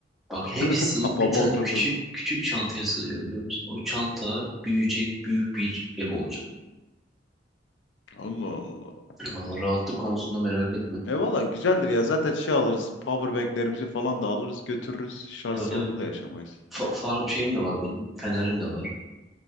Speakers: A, in the centre; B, on the left.
A: Bak hepsi
B: <laughs> kafama
A: bir tane
B: oturdu.
A: küçük küçük çantaya sığıyor biliyor musun? O çanta büyüyecek büyük bir ev olacak.
B: Allah Allah.
A: Valla rahatlık konusunda merak etme.
B: E valla güzeldir ya. Zaten şey alırız. Powerbanklerimizi falan da alırız götürürüz. Şarj
A: Tabii
B: sorunu
A: tabii.
B: da yaşamayız.
A: Fa far şeyim de var benim. Fenerim de var.